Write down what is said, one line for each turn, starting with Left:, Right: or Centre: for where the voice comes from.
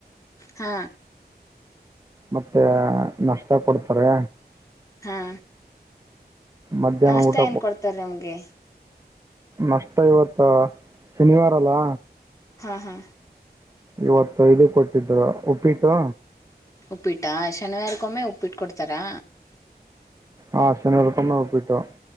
Left: ಹಾ
Right: ಮತ್ತೆ ನಷ್ಟ ಕೊಡ್ತಾರೆ
Left: ಹಾ
Right: ಮಧ್ಯಾಹ್ನ
Left: ನಾಷ್ಟ
Right: ಊಟ
Left: ಏನ್ ಕೊಡ್ತಾರೆ ನಿಮ್ಗೆ
Right: ನಷ್ಟ ಇವತ್ತ ಶನಿವಾರಲ್ಲಾ
Left: ಹಾ ಹಾ
Right: ಇವತ್ತಐದು ಕೊಟ್ಟಿದ್ರ ಉಪ್ಪಿಟ್ಟು
Left: ಉಪ್ಪಿಟ್ಟಾ ಶನಿವಾರಕ್ಕೊಮ್ಮೆ ಉಪ್ಪಿಟ್ಟ ಕೊಡ್ತಾರಾ
Right: ಹಶನಿರತ್ತನ್ನ ನೋಪಿಟ್ಟೋ